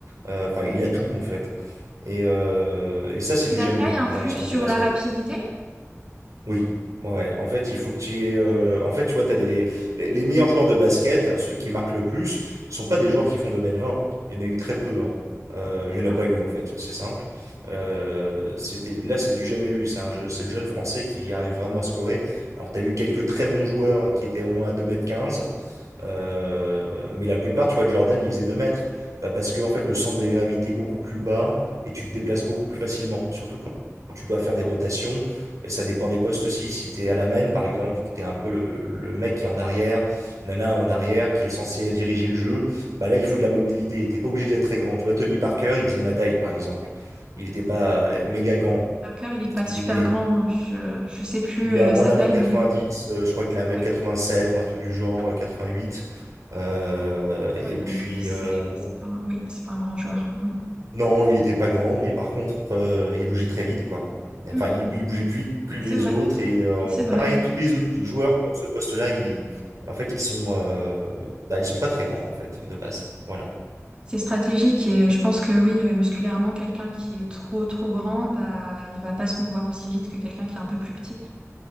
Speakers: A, on the right; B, on the right.
A: Euh, Enfin, il a tout en fait. Et, euh, et ça,
B: Est-ce
A: c'est
B: que
A: du
B: la
A: jamais
B: taille
A: vu
B: influe
A: dans l'histoire
B: sur
A: du basket.
B: la rapidité?
A: Oui, ouais. ouais. En fait, il faut que tu aies. euh, En fait, tu vois, t'as des... les les meilleurs joueurs de basket, ceux qui marquent le plus, sont pas des joueurs qui font deux mètres vingt. Il y en a eu très peu. hein. Euh,
B: D'accord.
A: il y en a pas eu, en fait. C'est simple. Euh, c'était... Là, c'est du jamais vu. C'est un jeu- c'est le jeune français qui arrive vraiment à scorer. Alors, tu as eu quelques très bons joueurs qui étaient au moins à deux mètres quinze. Euh, mais la plupart, tu vois, de Jordan, il faisait 2 mètres. Bah, parce que, en fait, le centre de gravité est beaucoup plus bas et tu te déplaces beaucoup plus facilement. Surtout quand quand tu dois faire des rotations. Et ça dépend des postes aussi. Si tu es à la main, par exemple, tu es un peu le, le mec qui est en arrière, ou nana en arrière, qui est censé diriger le jeu. Bah là, il faut de la mobilité. T'es pas obligé d'être très grand. Tu vois, Tony Parker, il faisait ma taille, par exemple. Il n'était pas euh, méga grand.
B: Parker, il n'est pas
A: Il
B: super
A: était
B: grand. Je, je sais plus
A: il
B: euh,
A: est à moins
B: sa
A: d'un
B: taille,
A: mètre 90,
B: mais
A: euh, je crois qu'il est à un mètre
B: ouais,
A: sept ou un truc du genre, euh, 88. Euh, et
B: ouais,
A: puis,
B: donc euh, c'est
A: euh,
B: c'est pas un, oui, c'est pas un grand joueur. Mm.
A: non, il était pas grand, mais par contre, euh, il bougeait très vite, quoi. Enfin,
B: Mm.
A: il, il bougeait plus vite que les
B: C'est vrai,
A: autres. Et euh,
B: c'est vrai.
A: pareil, tous les autres joueurs qui ont ce poste-là, ils, en fait, ils sont, euh, bah, ils sont pas très grands, en fait, de base. Voilà.
B: C'est stratégique et je pense que oui, euh, musculairement, quelqu'un qui est trop trop grand, bah il va pas se mouvoir aussi vite que quelqu'un qui est un peu plus petit.